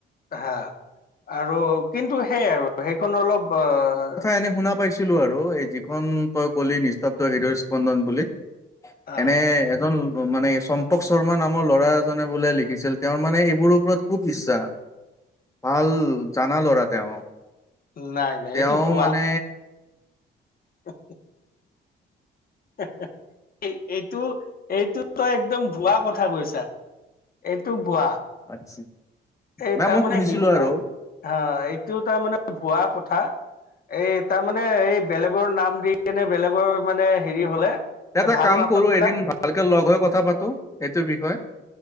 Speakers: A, on the left; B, on the left.
A: হা! আৰু কিন্তু, সেইয়াই আৰু। সেইখন অলপ আঁ
B: এনেই শুনা পাইছোঁ। নিছিলোঁ আৰু। এই, যিখন তই ক'লি, নিস্তব্ধ হৃদয় স্পন্দন বুলি।
A: আহ,
B: এনেই এজন, মানে টম্পক শৰ্মা নামৰ ল'ৰা এজনে বোলে লিখিছিল। তেওঁৰ মানে, এইবোৰৰ ওপৰত খুব ইচ্ছা। ভাল, জানা ল'ৰা তেওঁ।
A: নাই। নাই
B: তেওঁ
A: এইটো ভুৱা
B: মানে,
A: <unintelligible> হা! বা! এইটো, এইটো তই, একদম ভুৱা কথা কৈছা? এইটো ভুৱা।
B: আচ্ছা!
A: এই
B: নাই
A: তাৰমানে,
B: মই শুনিছিলো
A: <unintelligible>
B: আৰু
A: এইটো তাৰ মানে ভুৱা কথা? এই, তাৰমানে এই, বেলেগৰ নাম দি কেনে, বেলেগৰ মানে, হেৰি হ'লে!
B: এটা
A: ভাল
B: কাম
A: নাটক
B: কৰোঁ,
A: বিলাক
B: এদিন ভালকে লগ হৈ কথা পাতোঁ, এইটোৰ বিষয়ে।